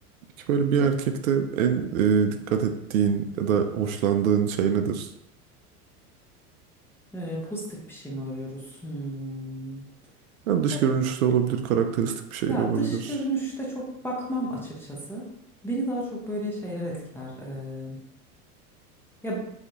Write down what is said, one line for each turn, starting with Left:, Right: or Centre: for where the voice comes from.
Right: peki böyle bir erkekte en e, dikkat ettiğin ya da hoşlandığın şey nedir?
Centre: Ee, pozitif bir şey mi arıyoruz? Hmm.
Right: Hem dış
Centre: Ya,
Right: görünüşü de olabilir, karakteristik bir şey
Centre: ya
Right: de olabilir.
Centre: dış görünüşte çok bakmam açıkçası. Beni daha çok böyle şeyler etkiler. Ee, ya